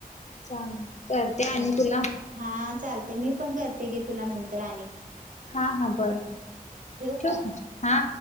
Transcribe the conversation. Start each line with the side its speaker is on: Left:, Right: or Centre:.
Left: छ म्हते करते आणि
Right: चाल
Left: तुला
Right: हा चालते मी पण करते गे तुला नंतर आणि
Left: हा हा बर बर
Right: ठेवू
Left: ठक
Right: काय
Left: हा